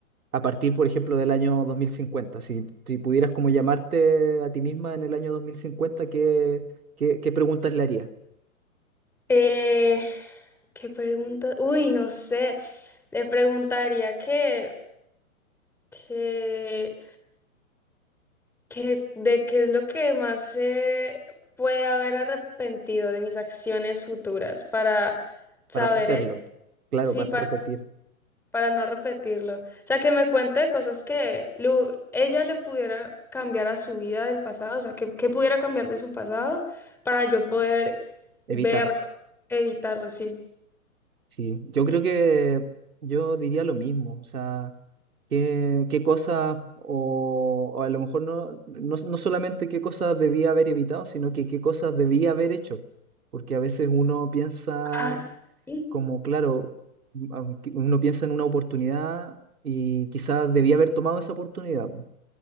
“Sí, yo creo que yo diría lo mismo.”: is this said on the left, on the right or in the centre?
Right